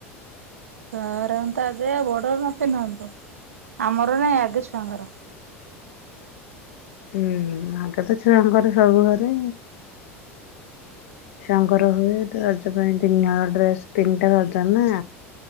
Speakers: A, on the right (about 80°); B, on the left (about 70°).
A: ଛୁଆଙ୍କର ହ ତ ଆଗେ ବଡର ନ ପିନ୍ଧନ୍ତୁ ଆମର ନାଇଁ ଆଗେ ଛୁଆଙ୍କର।
B: ହୁଁ ଆଗେ ତ ଛୁଆଙ୍କର ସବୁ ଘରେ। ଛୁଆଙ୍କର ହୁଏ ରଜ ପାଇଁ ତିନି ହଳ ଡ୍ରେସ ତିନିଟା ରଜ ନା।